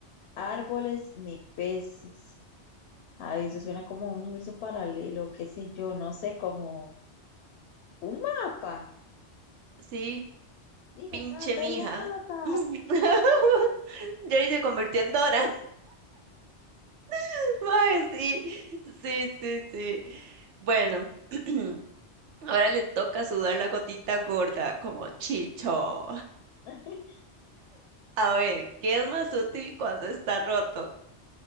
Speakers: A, on the left (about 70°); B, on the right (about 80°).
A: árboles ni peces. Ay, eso suena como un universo paralelo, qué sé yo, no sé, como un mapa.
B: Sí,
A: Digan
B: pinche
A: mapa,
B: mija.
A: digan mapa.
B: <laughs> Jerry se convirtió en Dora. <laughs> Mae, sí, sí, sí, sí. Bueno, <clears throat> ahora le toca sudar la gotita gorda como Chicho.
A: <laughs>
B: A ver, ¿qué es más útil cuando está roto?